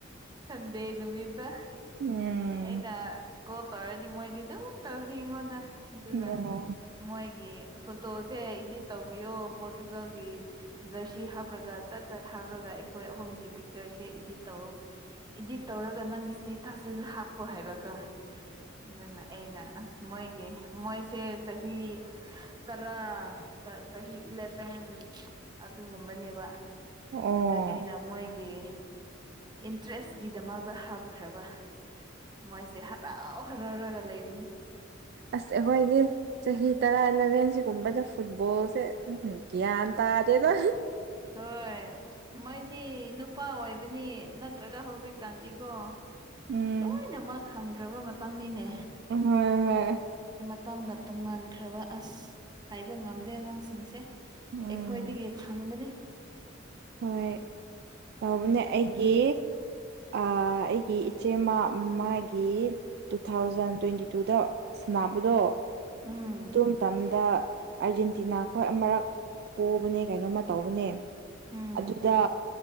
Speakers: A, on the right (about 20°); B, on the right (about 55°).
A: ꯁꯟꯗꯦ ꯅꯨꯃꯤꯠꯇ
B: ꯎꯝ
A: ꯑꯩꯅ ꯀꯣꯞ ꯇꯧꯔꯗꯤ ꯃꯣꯏꯗꯤ ꯑꯗꯨꯝ ꯇꯧꯅꯤ ꯑꯩꯉꯣꯟꯗ ꯑꯗꯨꯒ
B: ꯑꯣ
A: ꯃꯣꯏꯒꯤ ꯐꯣꯇꯣꯁꯦ ꯏꯗꯤꯠ ꯇꯧꯕꯤꯌꯣ ꯄꯣꯔꯇꯨꯒꯜꯒꯤ ꯖꯔꯁꯤ ꯁꯤ ꯍꯥꯞꯄꯔꯒ ꯆꯠ ꯆꯠ ꯍꯥꯞꯔꯒ ꯑꯩꯈꯣꯏ ꯑꯍꯨꯝꯒꯤ ꯄꯤꯛꯆꯔꯁꯦ ꯏꯗꯤꯠ ꯇꯧꯔꯣ ꯏꯗꯤꯠ ꯇꯧꯔꯒ ꯅꯪꯒꯤ ꯏꯁꯇꯦꯇꯥꯁꯇꯁꯨ ꯍꯥꯞꯄꯣ ꯍꯥꯏꯕꯀ ꯑꯗꯨꯅ ꯑꯩꯅ ꯑꯁ ꯃꯣꯏꯒꯤ ꯃꯣꯏꯁꯦ ꯆꯍꯤ ꯇꯔꯥ ꯆꯍꯤ ꯏꯂꯚꯦꯟ ꯑꯗꯨꯒꯨꯝꯕꯅꯦꯕ
B: ꯑꯣ
A: ꯑꯗꯨ ꯑꯩꯅ ꯃꯣꯏꯒꯤ ꯏꯟꯇꯔꯦꯁꯀꯤꯗꯃꯛꯇ ꯍꯥꯞꯈ꯭ꯔꯕ ꯃꯣꯏꯁꯦ ꯍꯔꯥꯎ ꯍꯔꯥꯎꯔꯒ ꯂꯩꯕꯅꯤ
B: ꯑꯁ ꯑꯩꯈꯣꯏꯗꯤ ꯆꯍꯤ ꯇꯔꯥ ꯑꯦꯂꯚꯦꯟ ꯁꯤꯒꯨꯝꯕꯗ ꯐꯨꯠꯕꯣꯜꯁꯦ ꯒ꯭ꯌꯥꯟ ꯇꯥꯗꯦꯗ
A: ꯍꯣꯏ ꯃꯣꯏꯗꯤ ꯅꯨ ꯅꯨꯄꯥ ꯑꯣꯏꯕꯅꯤ ꯅꯠꯇ꯭ꯔꯒ ꯍꯧꯖꯤꯛꯀꯥꯟꯗꯤꯀꯣ
B: ꯎꯝ
A: ꯂꯣꯏꯅꯃꯛ ꯈꯪ ꯈ꯭ꯔꯕ ꯃꯇꯝꯅꯤꯅꯦ
B: ꯍꯣꯏ ꯍꯣꯏ
A: ꯝꯒ <unintelligible> ꯇꯣꯉꯥꯟꯈ꯭ꯔꯕ ꯑꯁ ꯍꯥꯏꯕ ꯉꯝꯗꯦ ꯑꯉꯥꯡꯁꯤꯡꯁꯦ
B: ꯎꯝ
A: ꯑꯩꯈꯣꯏꯗꯒꯤ ꯈꯪꯕꯅꯤ
B: ꯍꯣꯏ ꯇꯧꯕꯅꯦ ꯑꯩꯒꯤ ꯑꯩꯒꯤ ꯏꯆꯦꯃ ꯃꯥꯒꯤ ꯇꯨ ꯊꯥꯎꯖꯟ ꯊꯥꯎꯖꯟ ꯇ꯭ꯋꯦꯟꯇꯤ ꯇꯨꯗ ꯁꯅꯕꯗꯣ
A: ꯎꯝ
B: ꯑꯇꯨꯝꯇꯝꯗ ꯑꯥꯔꯖꯦꯟꯇꯤꯅꯥ ꯈꯣꯏ ꯑꯃꯛ ꯄꯣꯕꯅꯦ ꯀꯩꯅꯣꯝꯃ ꯇꯧꯕꯅꯦ
A: ꯎꯝ
B: ꯑꯗꯨꯗ